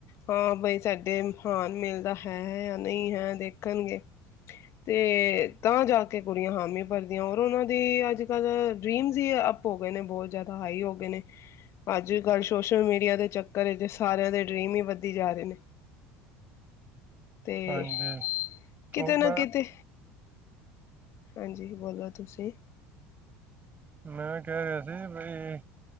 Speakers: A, on the left (about 55°); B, on the right (about 30°).
A: ਹਾਂ ਬਾਈ ਸਾਡੇ ਹਾਨ ਮਿਲਦਾ ਹੈ ਹੈ ਜਾਂ ਨਹੀਂ ਹੈ ਦੇਖਣਗੇ, ਤੇ ਤਾਂ ਜਾ ਕੇ ਕੁੜੀਆਂ ਹਾਮੀ ਭਰਦੀਆਂ ਔਰ ਉਹਨਾਂ ਦੀ ਅੱਜਕੱਲ੍ਹ ਡਰੀਮਸ ਹੀ ਅੱਪ ਹੋ ਗਏ ਨੇ ਬਹੁਤ ਜ਼ਿਆਦਾ ਹਾਈ ਹੋ ਗਏ ਨੇ। ਅੱਜਕੱਲ੍ਹ ਸੋਸ਼ਲ ਮੀਡੀਆ ਦੇ ਚੱਕਰ ਵਿੱਚ ਸਾਰਿਆਂ ਦੇ ਡਰੀਮ ਹੀ ਵਧੀ ਜਾ ਰਹੇ ਨੇ। ਤੇ,
B: ਹਾਂਜੀ
A: ਕਿਤੇ
B: ਉਹ
A: ਨਾ
B: ਮੈਂ
A: ਕਿਤੇ ਹਾਂਜੀ ਬੋਲੋ ਤੁਸੀਂ
B: ਮੈਂ ਕਹਿ ਰਿਹਾ ਸੀ ਬਈ